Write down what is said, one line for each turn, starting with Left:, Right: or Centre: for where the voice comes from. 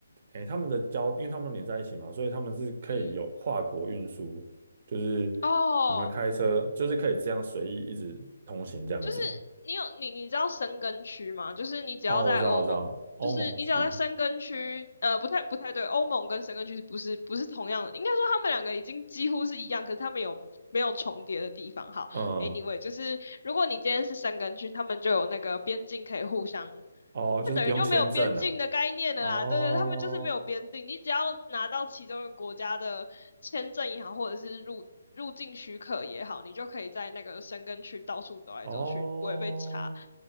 Right: 诶，他们的交，因为他们都连在一起嘛，所以他们是可以有跨国运输，
Left: 嗯，
Right: 就是
Left: 哦，
Right: 什么开车，就是可以这样随意一直通行这样子吗？
Left: 就是你有你你知道申根区吗？就是你只要在欧盟，
Right: 哦，我知道，我知道，欧盟区，
Left: 就是你只要在申根区，呃，不太不太对，欧盟跟申根区不是不是同样的，应该说他们两个已经几乎是一样，可是他们有没有重叠的地方？好，anyway，
Right: 嗯，
Left: 就是如果你今天是申根区，他们就有那个边境可以互相
Right: 哦，就是不用签证啊，
Left: 那等于就没有边境的概念了啦。
Right: 哦，
Left: 对对，他们就是没有边境，你只要拿到其中一个国家的签证也好，或者是入入境许可也好，你就可以在那个申根区到处走来走去，
Right: 哦，
Left: 不会被查。